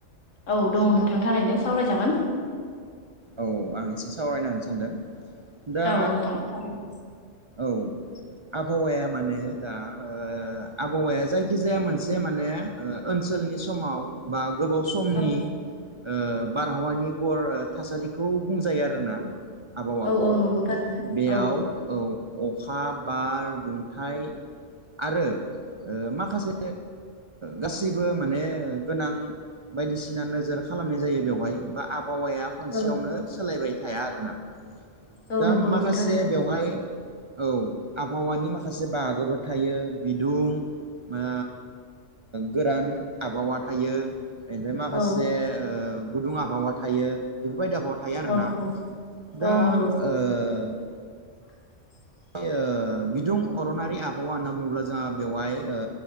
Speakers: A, on the left; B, on the right.
A: औ दङ नोंथां थारैनो सावरायजागोन।
B: औ आं एसे सावरायनो होननानै सानदों दा
A: औ नोंथां थारैनो
B: औ। आबहावाया माने दा ओ आबहावाया जायखिजाया मोनसे माने ओ ओनसोलनि समाव बा गोबाव समनि
A: औ
B: ओ बारहावानि गर। थासारिखौ बुंजायो आरोना आबहावाखौ
A: औ औ नंगौ थारैनो
B: बेयाव
A: औ
B: औ अखा बार दुंथाय आरो माखासे गासैबो माने गोनां बायदिसिना नोजोर खालामनाय जायो बेवहाय बा आबहावाया खनसेयावनो
A: औ
B: थाया आरोना।
A: औ
B: दा
A: नंगौ
B: माखासे
A: नंगौ थारैनो
B: बेवहाय औ आबहावानि माखासे बाहागोफोर थायो बिदुं बा गोरान आबहावा थायो। बेनिफ्राय माखासे
A: औ
B: गुदुं आबहावा थायो बेफोरबायदि आबहावा थायो आरो
A: औ
B: ना
A: नंगौ
B: दा
A: औ नंगौ
B: ओ
A: <inaudible>
B: ओ बिदुं अरनारि आबहावा होनना बुङोब्ला जोंहा बेवहाय ओ